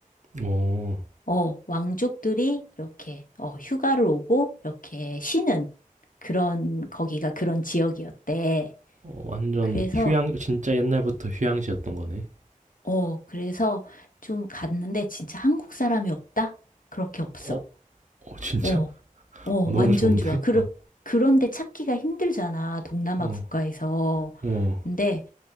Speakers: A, on the right; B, on the left.
A: 어.
B: 어, 왕족들이 이렇게, 어, 휴가를 오고 이렇게 쉬는 그런, 거기가 그런 지역이었대.
A: 어 완전
B: 그래서,
A: 휴양 진짜 옛날부터 휴양지였던 거네.
B: 어, 그래서 좀 갔는데 진짜 한국 사람이 없다? 그렇게 없어.
A: 어? 어 진짜?
B: 어.
A: <laughs>
B: 어,
A: 어 너무
B: 완전
A: 좋은데?
B: 좋아. 그러,
A: 어.
B: 그런데 찾기가 힘들잖아, 동남아
A: 어.
B: 국가에서.
A: 어.
B: 근데